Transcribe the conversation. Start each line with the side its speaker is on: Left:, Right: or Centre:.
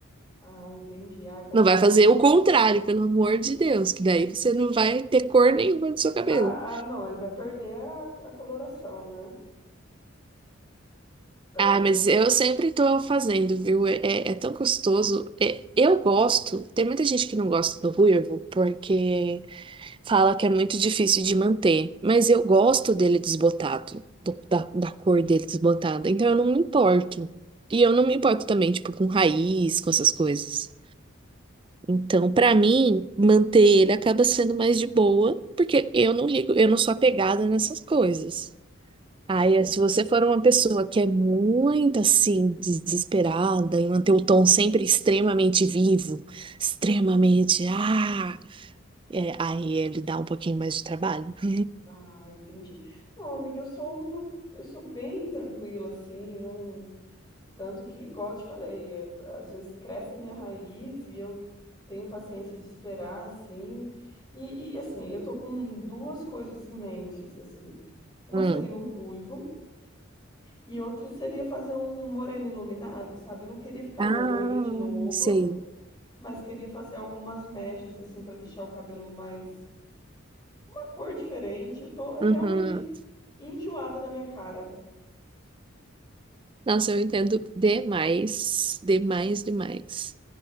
Left: Ah, entendi. Ah, é bom
Right: Não
Left: saber.
Right: vai fazer
Left: porque-
Right: o contrário, pelo amor de Deus, que daí você não vai ter cor nenhuma no seu cabelo.
Left: Ah, ah, não, ele vai perder a, a coloração, né? Perde.
Right: Ah, mas eu sempre tô fazendo, viu? É, é é tão gostoso. É, eu gosto. Tem muita gente que não gosta do ruivo porque fala que é muito difícil de manter. Mas eu gosto dele desbotado, do- da, da cor dele desbotada. Então eu não me importo. E eu não me importo também, tipo, com raiz, com essas coisas. Então, pra mim, manter ele acaba sendo mais de boa, porque eu não ligo, eu não sou apegada nessas coisas. Aí, se você for uma pessoa que é muito assim, desesperada e manter o tom sempre extremamente vivo, extremamente, ah, é, aí ele dá um pouquinho mais de trabalho. <laughs>
Left: Ah, entendi. Não, amiga, eu sou uma, eu sou bem tranquila, assim, não, tanto que, igual eu te falei, é, às vezes cresce a minha raiz e eu tenho paciência de esperar, assim, e, e, assim, eu tô com duas coisas em mente, assim, uma
Right: Hum.
Left: seria o ruivo e outra seria fazer um morena iluminada, sabe? Eu não queria ficar
Right: Ah,
Left: loira de novo,
Right: sei.
Left: mas queria fazer algumas mechas, assim, para deixar o cabelo mais, uma cor diferente, eu tô realmente
Right: Uhum.
Left: enjoada da minha cara.
Right: Nossa, eu entendo demais, demais, demais.